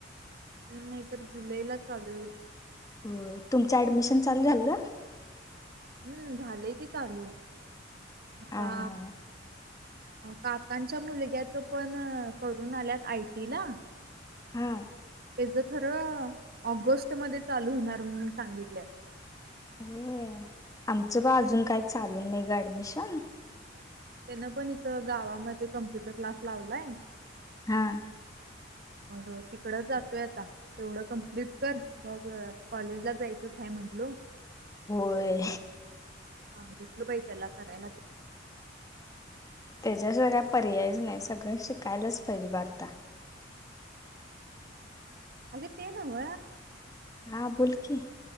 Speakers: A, on the right; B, on the left.
A: नाही तर जुलैला चालू आहे
B: हो तुमचं ऍडमिशन चालू झालं
A: हम्म झालंय की चालू आता
B: हा हा
A: काकांच्या मुलग्याच पण करून आल्यात आयटीला
B: हा
A: खर ऑगस्ट म चालू होणार म्हणून सांगितल्या
B: होय आमचं प अजून काही चालून नाही गाडी अॲडमिशन
A: त्यांन पण इथ गावामध्ये कम्प्युटर क्लास लावलाय
B: हा
A: मग तिकडच जातोय आता तेवढं कम्प्लीट कर मग कॉलेजला जायचं आहेय म्हटल
B: होय
A: हा हटल बाई त्याला कराय न
B: त्याच्याशिवाय काय पर्यायच नाही सगळं शिकायलाच पाहिजे ब आता
A: अगते नाव
B: हा बोलोलकी